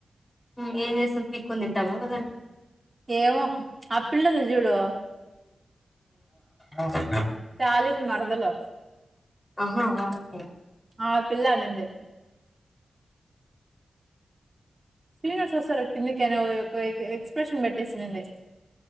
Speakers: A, on the left; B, on the right.
A: హు ఏం చేస్త పీకోని తింటాము ఒకదాన్ని
B: ఏవో ఆ పిల్ల ఉంది చూడు
A: ఆ
B: షాలిన్ మరదలు
A: ఆహా ఆ వో
B: ఆ పిల్ల అనింది సీనియర్స్ వస్తారు కిందికి అని ఒక ఎ ఎక్స్ప్రెషన్ పెట్టేసింది